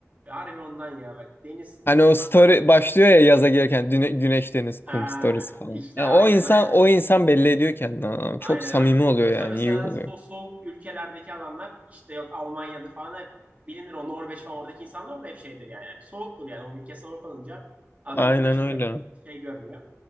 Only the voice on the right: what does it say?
Harbi ondan ya bak deniz
insandan
Aa,
işte
aynen
aynen
aynen
abi.
Yoksa
mesela
so soğuk ülkelerdeki adamlar işte yok Almanya'da falan hep bilinir o Norveç falan oradaki insanlar da hep şeydir yani. Yani soğuktur yani o ülke soğuk olunca adam
güneş
görmüyor şey görmüyor.